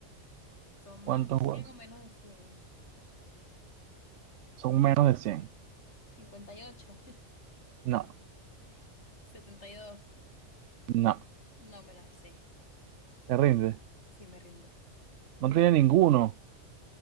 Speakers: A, on the left; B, on the right.
A: ¿Son
B: ¿Cuántos
A: más de 100
B: huesos?
A: o menos de cien
B: Son menos de 100.
A: cincuenta y ocho
B: No,
A: <laughs> setenta y dos
B: no,
A: No me la sé.
B: te rinde.
A: Sí, me rindo.
B: No tiene ninguno.